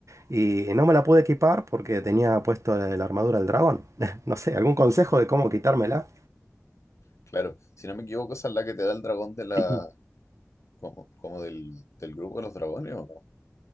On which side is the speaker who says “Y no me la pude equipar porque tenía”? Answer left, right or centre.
Right